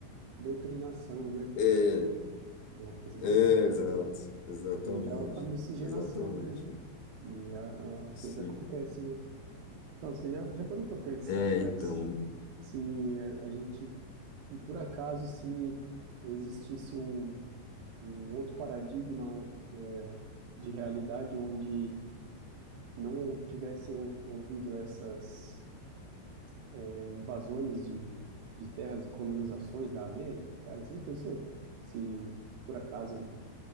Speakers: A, on the right; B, on the left.
A: doutrinação, né?
B: É,
A: É uma coisa maluca,
B: é,
A: né?
B: exato, exatamente,
A: E é a miscigenação,
B: exatamente,
A: né? E a, a coisa
B: sim.
A: acontece, né? Então, você já, já parou pra pensar,
B: É,
A: cara,
B: então,
A: se se a gente, por acaso, se existisse um, um outro paradigma um, é, de realidade onde não tivesse ou- ouvido essas é, invasões de, de terras e colonizações da América, cara, você já pensou se, por acaso,